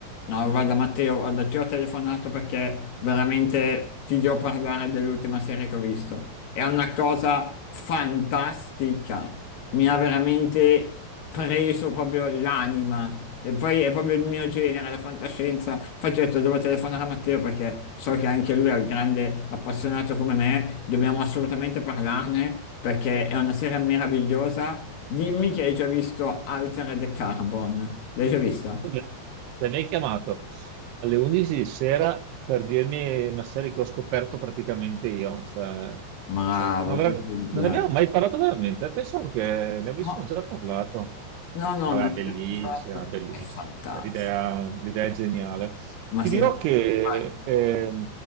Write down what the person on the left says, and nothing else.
No, guarda Matteo, guarda, ti ho telefonato perché veramente ti devo parlare dell'ultima serie che ho visto. È una cosa fantastica, mi ha veramente preso proprio l'anima e poi è proprio il mio genere, la fantascienza. Infatti ho detto devo telefonare a Matteo perché so che anche lui è un grande appassionato come me, dobbiamo assolutamente parlarne perché è una serie meravigliosa. Dimmi che hai già visto Altered Carbon, l'hai già vista?
Bravo,
questo mi piace.
No,
no, no,
non
l'ho mai fatto.
È fantastico.
Ma
secondo
me